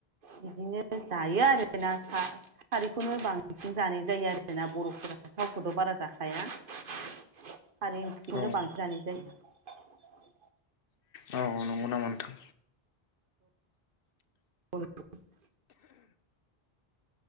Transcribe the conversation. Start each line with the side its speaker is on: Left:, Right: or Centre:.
Right: बिदिनो जायो आरोना खा-खारैखौनो बांसिन जानाय जायो आरोना बर'फोरा थावखौथ' बारा जाखा खाया खारै ओंख्रिखौनो
Left: औ
Right: बांसिन जानाय जायो।
Left: औ नंगौ नामा नोंथां
Right: <unintelligible>